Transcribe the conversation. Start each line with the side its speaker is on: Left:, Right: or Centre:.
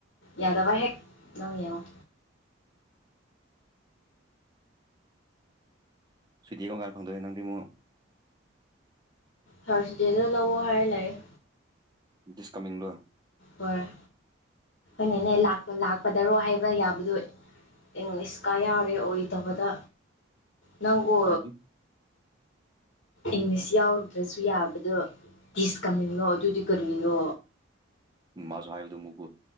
Left: ꯌꯥꯗꯕ ꯍꯦꯛ ꯅꯪ ꯌꯦꯡꯉꯣ
Right: ꯁꯨꯗꯤꯒ ꯀꯔꯝꯀꯥꯟ ꯈꯪꯗ‌ꯣꯏꯅ‌ꯣ ꯅꯪꯗꯤ ꯑꯃꯨꯛ
Left: ꯊꯥꯔꯁꯗꯦꯗ ꯂꯧꯑꯣ ꯍꯥꯏꯔ ꯂꯩꯔ‌ꯦ
Right: ꯗꯤꯁ ꯀꯃꯤꯡꯂ‌ꯣ
Left: ꯍꯣꯏ ꯍ‌ꯣꯏ ꯑꯩꯅꯅꯦ ꯂꯥꯛ ꯂꯥꯛ ꯄꯗꯔꯣ ꯍꯥꯏꯕ ꯌꯥꯕꯗꯨ ꯏꯪꯂꯤꯁꯀ ꯌꯥꯎꯔꯦ ꯑꯣꯏꯗꯕꯗ ꯅꯪꯕꯨ
Right: ꯍꯥꯏꯗꯤ
Left: ꯏꯪꯂꯤꯁ ꯌꯥꯎꯔꯨꯗ꯭ꯔꯁꯨ ꯌꯥꯕꯗꯣ ꯗꯤꯁ ꯀꯝꯃꯤꯂ‌ꯧ ꯑꯗꯨꯗꯤ ꯀꯔꯤꯅꯣ
Right: ꯃꯥꯁꯨ ꯍꯥꯏꯕꯗꯨ ꯑꯃꯨꯛ